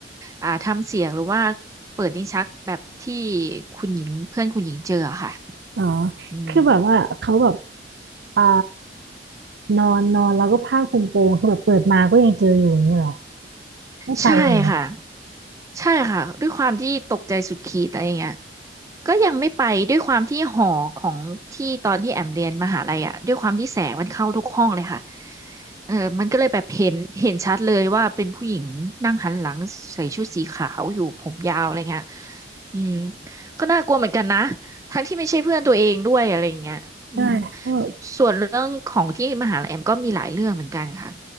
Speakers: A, on the right; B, on the right.
A: อ่าทำเสียงหรือว่าเปิดลิ้นชักแบบที่คุณหญิงเพื่อนคุณหญิงเจออะค่ะ
B: อ๋อ
A: อืม
B: คือแบบว่าเขาแบบอ่านอนนอนแล้วก็ผ้าคลุมโปงคือแบบเปิดมาก็ยังเจออยู่อย่างนี้เหรอไม่ไปเลยเหรอ
A: ใช่ค่ะใช่ค่ะด้วยความที่ตกใจสุดขีดอะไรอย่างเงี้ยก็ยังไม่ไปด้วยความที่หอของที่ตอนที่แอมเรียนมหาลัยอ่ะด้วยความที่แสงมันเข้าทุกห้องเลยค่ะเออมันก็เลยแบบเห็นเห็นชัดเลยว่าเป็นผู้หญิงนั่งหันหลังใส่ชุดสีขาวอยู่ผมยาวอะไรเงี้ยอืมก็น่ากลัวเหมือนกันนะทั้งที่ไม่ใช่เพื่อนตัวเองด้วยอะไรอย่างเงี้ยอืม
B: ใช่เพราะ
A: ส่วนเรื่องของที่มหาลัยแอมก็มีหลายเรื่องเหมือนกันค่ะ